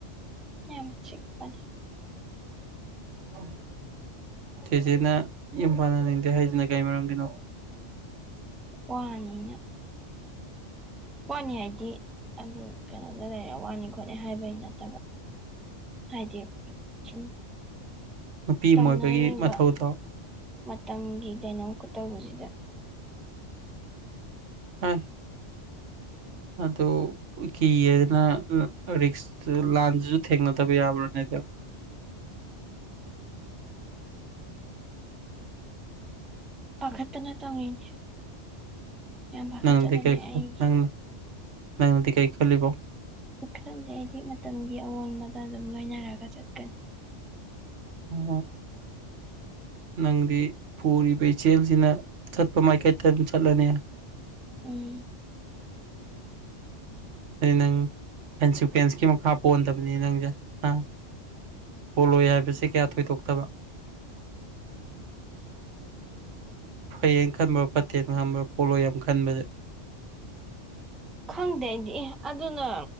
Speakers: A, in the centre; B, on the right (about 75°).
A: ꯌꯥꯝ ꯆꯛꯄꯅꯦ
B: ꯎꯝ ꯆꯦꯆꯦꯅ ꯏ ꯄꯥꯟꯅꯅꯤꯡꯗꯦ ꯍꯥꯏꯁꯤꯅ ꯀꯩ ꯃꯔꯝꯒꯤꯅꯣ
A: ꯋꯥꯅꯤꯅ ꯋꯥꯅꯤ ꯍꯥꯏꯗꯤ ꯑꯗꯨ ꯀꯩꯅꯣꯗ ꯂꯩꯔꯦ ꯋꯥꯅꯤ ꯈꯣꯠꯅꯤ ꯍꯥꯏꯕꯩ ꯅꯠꯇꯕ ꯍꯥꯏꯗꯤ ꯁꯨꯝ
B: ꯅꯨꯄꯤ
A: ꯇꯧꯅꯔꯤꯕ
B: ꯑꯃ ꯑꯣꯏꯕꯒꯤ ꯃꯊꯧꯗꯣ
A: ꯃꯇꯝꯒꯤ ꯀꯩꯅꯣ ꯈꯨꯠꯇ ꯍꯧꯖꯤꯗ
B: ꯍꯥ ꯑꯗꯨ ꯀꯤꯌꯦꯗꯅ ꯔꯤꯛꯁ ꯂꯥꯟꯁꯤꯁꯨ ꯊꯦꯡꯅꯗꯕ ꯌꯥꯕ꯭ꯔꯥꯅꯦꯗ
A: <inaudible> ꯄꯈꯠꯇꯅ ꯇꯧꯔꯤꯅꯦ ꯌꯥꯝ ꯄꯥꯈꯠꯆꯕꯅꯦ
B: ꯅꯗꯤ ꯀꯥꯏ
A: ꯑꯩꯒꯤ
B: ꯅꯪ ꯅꯗꯤ ꯀꯥꯏ ꯈꯂꯕ
A: ꯈꯪꯗꯦ ꯑꯩꯗꯤ ꯃꯇꯝꯒꯤ ꯑꯑꯣꯟꯕꯗ ꯑꯗꯨꯝ ꯂꯣꯏꯅꯔꯒ ꯆꯠꯀꯅꯤ
B: ꯎꯝ ꯅꯪꯗꯤ ꯄꯨꯔꯤꯕ ꯏꯆꯦꯜꯁꯤꯅ ꯆꯠꯄ ꯃꯥꯏꯀꯩꯗ ꯑꯗꯨꯝ ꯆꯠꯂꯅꯤ
A: ꯎꯝ
B: ꯑ ꯅꯪ ꯏꯟꯁꯤꯀ꯭ꯋꯦꯟꯁꯀꯤ ꯃꯈꯥ ꯄꯣꯟꯗꯕꯅꯤ ꯅꯪꯁꯦ ꯑ ꯄꯣꯂꯣꯏ ꯍꯥꯏꯕꯁꯤ ꯀꯌꯥ ꯊꯣꯏꯗꯣꯛꯇꯕ
A: <inaudible>
B: ꯐꯌꯦꯡ ꯈꯟꯕ꯭ꯔꯥ ꯐꯠꯇꯦꯜꯅ ꯈꯟꯕ꯭ꯔꯣ ꯄꯣꯂꯣ ꯌꯥꯝ ꯈꯟꯕꯁꯦ
A: ꯈꯪꯗꯦ ꯑꯩꯗꯤ ꯑꯦ ꯑꯗꯨꯅ